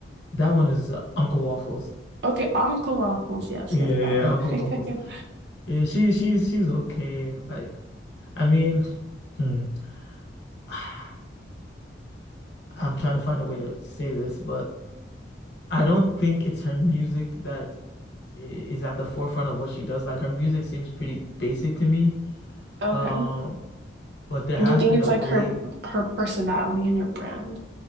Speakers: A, on the left; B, on the right.
A: that one is uh, Uncle Waffles.
B: Okay, Uncle Waffles. Yes,
A: Yeah,
B: yes,
A: yeah,
B: that one.
A: Uncle
B: <laughs>
A: Waffles. Yeah, she she's she's okay. Like, I mean, hmm, <sighs> I'm trying to find a way to say this, but I don't think it's her music that i- is at the forefront of what she does. Like, her music seems pretty basic to me.
B: Okay.
A: Um, but there has
B: You think
A: been
B: it's
A: a
B: like
A: way,
B: her her personality and her brand.